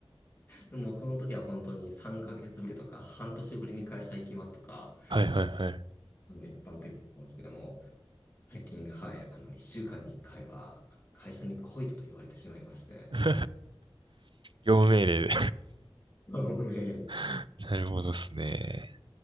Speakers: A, on the left; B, on the right.
A: でも、この時は本当に3ヶ月ぶりとか、半年ぶりに会社行きますとか、
B: はいはいはい。
A: あの、一般的なんですけども、最近、はい、あの、一週間に一回は、会社に来いとと言われてしまいまして、
B: <laughs> 業務命令で。
A: <laughs> ごめん
B: <laughs> なるほどですね。